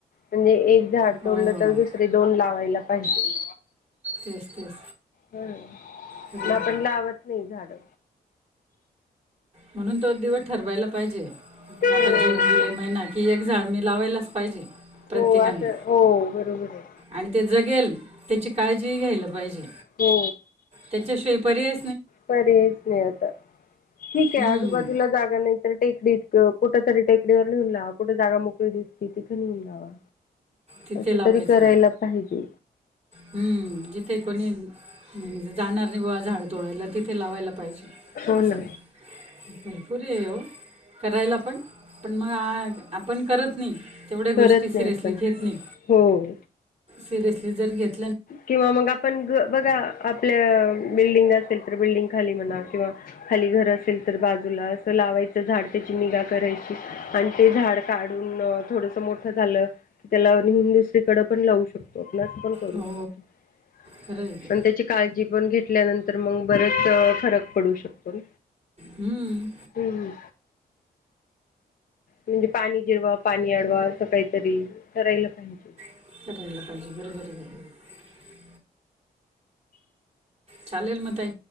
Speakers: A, on the left; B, on the right.
A: म्हणजे एक झाड
B: हो
A: तोडलं तर दुसरे दोन लावायला पाहिजे.
B: तेच तेच
A: हम
B: खरं आहे
A: म आपण
B: ते
A: लावत नाही झाडं.
B: म्हणून तो दिवस ठरवायला पाहिजे
A: झाडं
B: आता जून, जुलै महिना कि एक झाड मि लावायलाच पाहिजे. प्रत्येकाने
A: हो असं हो बरोबर आहे.
B: आणि ते जगेल त्याची काळजी घ्यायला पाहिजे.
A: हो
B: त्यांच्या शिवाय पर्याय
A: पर्यायच नाही आता ठीक
B: हम्म,
A: आहे, आजूबाजूला जागा नाही तर टेकडी कुठ तरी टेकडीवर लिहून लावा कुठे जागा मोकळी दिसती तिथं लिहून लावा.
B: तिते
A: असं
B: लावायचं
A: तरी करायला पाहिजे
B: हम्म. कोणी म्हणजे जाणार नाही बुवा झाड तोडयला तिथे लावायला पाहिजे.
A: हो
B: असं
A: ना
B: भिरपुरी आहे करायला पण पण मग आपण करत नाही तेवढ्या गोष्टी
A: करत
B: सिरयस
A: नाही आपण
B: घेत नाही
A: हो
B: सिरियसली जर घेत
A: किंवा मग आपण बघा आपल्या बिल्डिंग असेल बिल्डिंग खाली म्हणा किंवा खाली घर असेल तर बाजूला असं लावायचं झाड त्याची निगा करायची आणि ते झाड काढून थोडस मोठं झालं की त्याला नेहून दुसरीकडे पण लावू शकतो. ण करू
B: हो
A: शकतो
B: खरं आहे ते
A: त्याची पण काळजी पण घेतल्यानंतर पण बरच फरक पडू शकतो.
B: हम्म
A: हम्म म्हणजे पाणी जिरवा पाणी अडवा स काहीतरी करायला पाहिजे.
B: <unintelligible> चालेल म ताई.